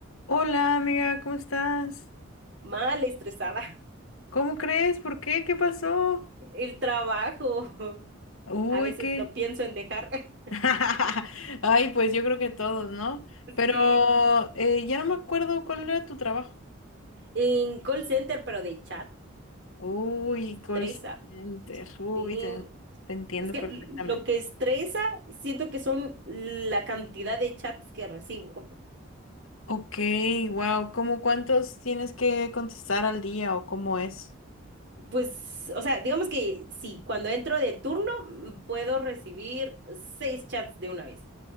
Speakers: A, on the left; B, on the right.
A: Hola amiga, ¿cómo estás?
B: Mal estresada.
A: ¿Cómo crees? ¿Por qué? ¿Qué pasó?
B: El trabajo.
A: Uy,
B: A veces
A: qué.
B: lo pienso en dejar. <laughs>
A: <laughs> Ay, pues yo creo que todos, ¿no? Pero
B: Sí.
A: eh, ya no me acuerdo cuál era tu trabajo.
B: En call center, pero de chat,
A: Uy,
B: estresa.
A: call center. Uy,
B: Sí.
A: te, te entiendo
B: Es que
A: perfectamente.
B: l- lo que estresa, siento que son la cantidad de chats que recibo.
A: Ok, wow. ¿Cómo cuántos tienes que contestar al día o cómo es?
B: Pues, o sea, digamos que sí, cuando entro de turno, mm, puedo recibir seis chats de una vez.